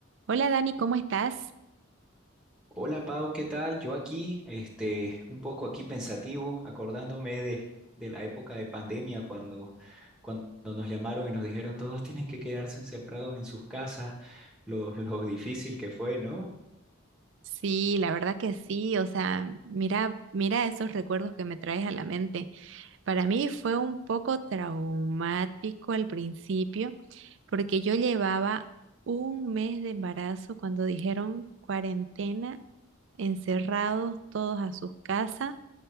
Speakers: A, on the right; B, in the centre.
A: Hola Dani, ¿cómo estás?
B: Hola Pau, ¿qué tal? Yo aquí, este, un poco aquí pensativo, acordándome de, de la época de pandemia cuando, cuando nos llamaron y nos dijeron todos tienen que quedarse encerrados en sus casas, lo, <laughs> lo difícil que fue, ¿no?
A: Sí, la verdad que sí, o sea, mira, mira esos recuerdos que me traes a la mente. Para mí fue un poco traumático al principio, porque yo llevaba un mes de embarazo cuando dijeron cuarentena, encerrados todos a sus casas.